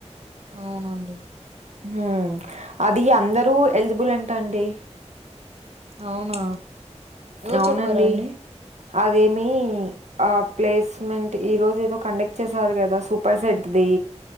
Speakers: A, on the right; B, on the right.
A: అవునండి
B: హుమ్ అది అందరూ ఎలిజిబుల్ అంట అండి
A: అవునా ఎవరు
B: అవునండి
A: చెప్పారండి
B: అదేమి ఆ ప్లేస్మెంట్ ఈ రోజు ఏదో కండక్ట్ చేసారు కదా సూపర్ సెట్ ది